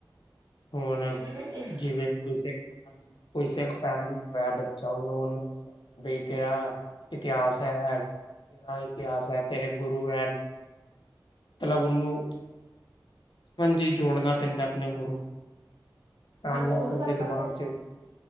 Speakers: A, on the left; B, on the right.
A: ਹੁਣ
B: ਠੀਕ ਹੈ ਇਸ
A: ਜਿਵੇਂ ਕੋਈੇ ਕੋਈ ਸਿੱਖ ਫੈਮਲੀ ਚ ਹੋਇਆ ਬੱਚਾ, ਉਹਨੂੰ -ਉਹਨੂੰ ਦ ਬ ਤੇਰਾ ਇਤਿਹਾਸ ਹੈ ਤੇਰਾ ਇਤਿਹਾਸ ਐ, ਤੇਰੇ ਗੁਰੂ ਐ, ਮਤਲਬ ਉਹਨੂੰ ਹਾਂਜੀ, ਜੋੜਨਾ ਪੈਂਦਾ ਆਪਣੇ ਗੁਰੂ, ਤਾਂ
B: ਹਾਂਜੀ
A: ਜਾ
B: ਉਹੀ
A: ਕੇ ਉਹਦੇ
B: ਗੱਲ ਮੈਂ
A: ਦਿਮਾਗ ਚ